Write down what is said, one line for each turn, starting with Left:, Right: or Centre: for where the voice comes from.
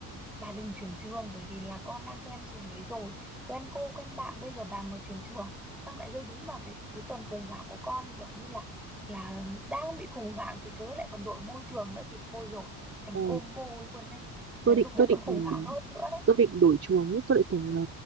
Centre: Bà đừng chuyển trường bởi vì là con đang quen trường đấy rồi, quen cô, quen bạn, bây giờ bà mà chuyển trường xong lại rơi đúng vào cái cái tuần khủng hoảng của con kiểu như là là đang bị khủng hoảng thì chớ lại còn đổi môi trường nữa thì thôi rồi, thành
Right: Ừ,
Centre: combo luôn đấy.
Right: tôi
Centre: Là
Right: định
Centre: lúc đấy
Right: tôi định
Centre: còn khủng hoảng hơn nữa đấy.
Right: tôi định đổi trường ý tôi lại tưởng là